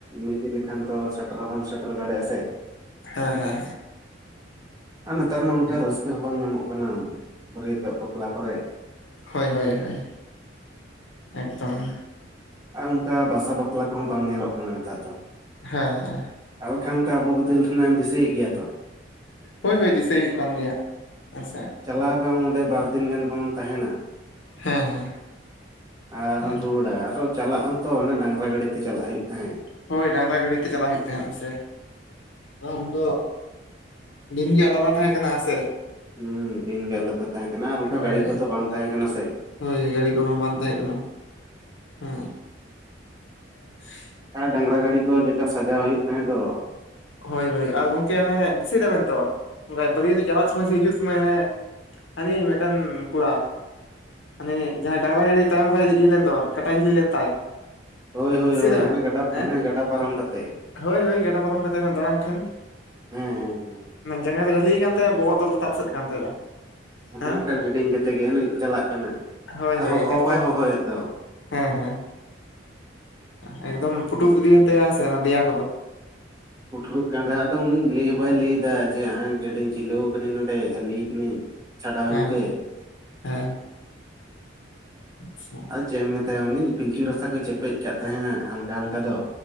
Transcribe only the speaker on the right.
ᱤᱫᱤ ᱞᱮᱠᱷᱟᱱ ᱫᱚ ᱥᱮᱴᱮᱨ ᱦᱚᱸ ᱵᱟᱢ ᱥᱮᱴᱮᱨ ᱫᱟᱲᱮᱭᱟᱜᱼᱟ ᱥᱮ
ᱟᱨ ᱱᱮᱛᱟᱨ ᱢᱟ ᱚᱱᱠᱟ
ᱨᱟᱹᱥᱠᱟ ᱵᱟᱝ ᱧᱟᱢᱚᱜ ᱠᱟᱱᱟ ᱵᱟᱹᱨᱭᱟᱹᱛᱚᱜ ᱵᱟᱯᱞᱟ ᱠᱚᱨᱮ
ᱟᱨ ᱚᱱᱠᱟ ᱵᱟᱥᱟ ᱵᱟᱯᱞᱟ ᱠᱚᱦᱚᱸ ᱵᱟᱝ ᱧᱮᱞᱚᱜ ᱠᱟᱱᱟ ᱱᱮᱛᱟᱨ ᱫᱚ
<inaudible> ᱚᱱᱠᱟ ᱟᱵᱚ ᱵᱤᱫᱟᱹᱞ ᱨᱮᱱᱟᱜ ᱮᱢ ᱫᱤᱥᱟᱹᱭᱮᱫ ᱜᱮᱭᱟ ᱛᱚ
ᱪᱟᱞᱟᱣ ᱟᱠᱟᱱ ᱚᱸᱰᱮ ᱵᱟᱨ ᱫᱤᱱ ᱜᱟᱱ ᱵᱚᱱ ᱛᱟᱦᱮᱸᱱᱟ᱾
ᱟᱨᱮᱢ
ᱨᱩᱣᱟᱹᱲ ᱟ, ᱟᱨᱚ ᱪᱟᱞᱟᱜ ᱦᱚᱸᱛᱚ ᱚᱱᱮ ᱰᱟᱝᱜᱨᱟ ᱜᱟᱹᱲᱤ ᱛᱮ ᱪᱟᱞᱟᱜ ᱦᱩᱭᱩᱜ ᱛᱟᱦᱮᱸᱫ
ᱦᱩᱸ ᱫᱤᱱᱜᱮ ᱟᱞᱟᱫᱟ ᱛᱟᱦᱮᱸ ᱠᱟᱱᱟ ᱟᱨ ᱚᱱᱠᱟ
ᱜᱟᱹᱰᱤ
ᱠᱚᱛᱚ ᱵᱟᱝ ᱛᱟᱦᱮᱸ ᱠᱟᱱᱟ ᱥᱮ᱾
ᱟᱨ ᱰᱟᱝᱨᱟ ᱜᱟᱹᱰᱤ ᱠᱚ ᱡᱮᱴᱟ ᱥᱟᱡᱟᱣ ᱦᱩᱭᱩᱜ ᱠᱟᱱ ᱛᱚ᱾
ᱦᱳᱭ ᱦᱳᱭ
ᱦᱳᱭ
ᱦᱟᱱᱮ ᱜᱟᱰᱟ
ᱦᱟᱱᱮ ᱜᱟᱰᱟ ᱯᱟᱨᱚᱢ ᱠᱟᱛᱮᱜ
ᱦᱮᱸ ᱦᱮᱸ ᱦᱮᱸ
ᱚᱱᱠᱟ ᱨᱮᱰᱤᱝ ᱠᱟᱛᱮᱫ ᱜᱮ ᱩᱱᱤ ᱪᱟᱞᱟᱜ ᱠᱟᱱᱟᱭ
ᱟᱨ
ᱦᱚᱦᱚ
ᱵᱟᱭ ᱦᱚᱦᱚᱭᱮᱫ ᱫᱚ᱾
<unintelligible> ᱯᱩᱴᱨᱩᱵ ᱠᱟᱸᱴᱷᱟ
ᱫᱚ ᱩᱱᱤ ᱞᱟᱹᱭ ᱦᱚᱸ ᱵᱟᱭ ᱞᱟᱹᱭ ᱮᱫᱟ ᱡᱮ <inaudible> ᱡᱷᱤᱞᱟᱹᱣ ᱠᱟᱹᱧ ᱱᱚᱸᱰᱮ ᱡᱟᱹᱞᱤᱭ ᱠᱟᱹᱱᱟᱹᱧ ᱪᱷᱟᱰᱟᱣᱤᱧ
ᱯᱮ
ᱟᱫᱚ ᱪᱮᱫ ᱮᱢ ᱢᱮᱛᱟᱭᱟ ᱩᱱᱤ ᱯᱤᱞᱪᱩ ᱨᱟᱥᱟ ᱠᱚᱭ ᱪᱮᱯᱮᱡ ᱟᱠᱟᱫ ᱛᱟᱦᱮᱸᱱᱟ ᱦᱟᱞᱠᱟ ᱦᱟᱞᱠᱟ ᱫᱚ